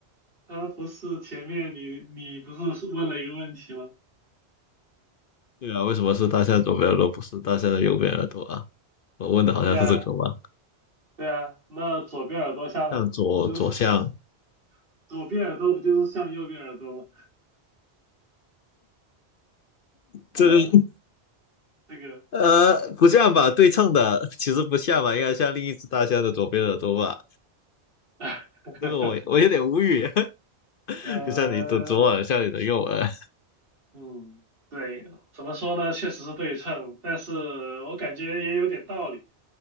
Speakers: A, on the right; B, on the left.
A: 呃，不是前面你你不是问了一个问题吗？
B: <laughs> 对啊，为什么是大象左边耳朵，不是大象的右边耳朵啊？我问的好像是这个吧？
A: 对啊，对啊，那左边耳朵像不就是
B: 向左左向，
A: 左边耳朵不就是像右边耳朵吗？嗯呃，
B: 这个
A: 这个，
B: 呃不像吧？对称的 <laughs> 其实不像吧，应该像另一只大象的左边耳朵吧？
A: <laughs>
B: 这个我我有点无语，<laughs>
A: 呃，
B: 就像你的左耳像你的右耳。
A: 嗯，对，怎么说呢？确实是对称，但是我感觉也有点道理。